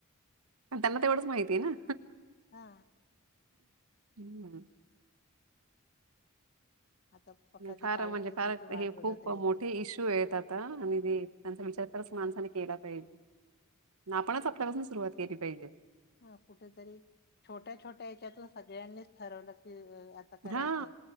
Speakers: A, on the right; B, on the left.
A: त्यांना तेवढंच माहितीय ना
B: हा
A: हम्म
B: आता प कधी
A: फार
B: पाऊस
A: म्हणजे
B: येईल
A: फार
B: त्याची वाट
A: हे
B: बघत
A: खूप
B: राहायची
A: मोठे इशू आहेत आता आणि ते त्यांचा विचार करच माण केला पाहिजे आपणच आपल्यापासून सुरुवात केली पाहिजे
B: हा कुठेतरी छोट्या छोट्या हच्यातून सगळ्यांनीच ठरवलं की आता करायचंय
A: हा